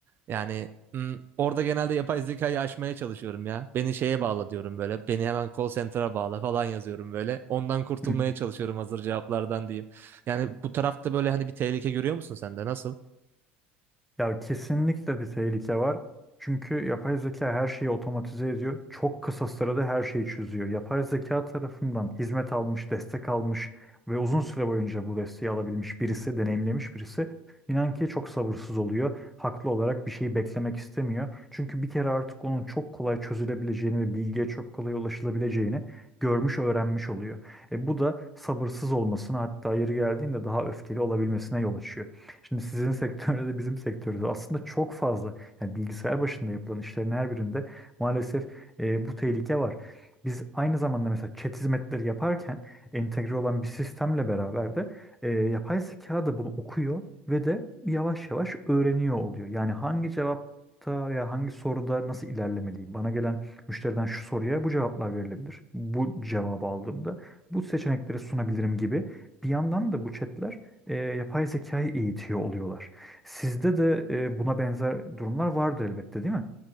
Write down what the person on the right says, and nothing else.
Yani Hmm, orada genelde yapay zekayı aşmaya çalışıyorum ya. Beni şeye bağla diyorum böyle. Beni hemen call center'a bağla falan yazıyorum böyle. Ondan kurtulmaya
çalışıyorum hazır cevaplardan diyeyim. Yani bu tarafta böyle hani bir tehlike görüyor musun sen de? Nasıl?